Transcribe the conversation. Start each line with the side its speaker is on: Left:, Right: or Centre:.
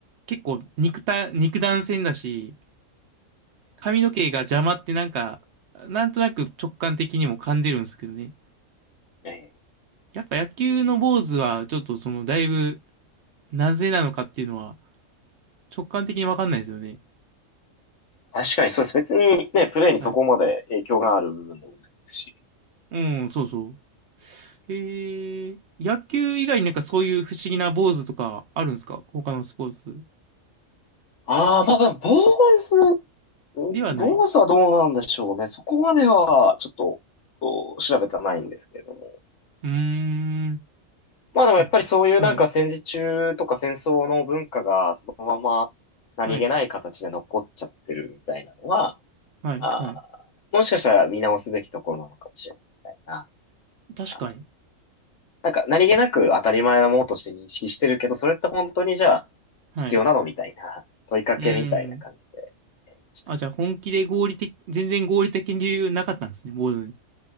Right: 結構肉た、肉弾戦だし、髪の毛が邪魔ってなんか、なんとなく直感的にも感じるんですけどね。
Left: ええ、ええ。
Right: やっぱ野球の坊主は、ちょっとその、だいぶ、なぜなのかっていうのは、直感的にわかんないですよね。
Left: 確かにそうです。別にね、プレイにそこまで影響がある部分でもないですし。
Right: はい。うん、そうそう。へえ、野球以外になんかそういう不思議な坊主とかあるんですか他のスポーツ
Left: ああ、まあまあ、坊主、坊主はどうなんでしょうね。
Right: ではない。
Left: そこまでは、ちょっと、お調べてはないんですけれども。
Right: うーん。
Left: まあでもやっぱりそういうなんか戦時中とか戦争の文化がそのまま何気ない形で残っちゃってるみたいなのは、
Right: あ、はい、はい、はい、
Left: あ
Right: はい。
Left: ー、もしかしたら見直すべきところなのかもしれないみたいな。
Right: 確かに。
Left: あーなんか何気なく当たり前なものとして認識してるけど、それって本当にじゃあ必要なのみたいな問いかけみたいな感じでやりましたね。
Right: はい。うーん。あ、じゃあ本気で合理的、全然合理的に理由なかったんですね、坊主に。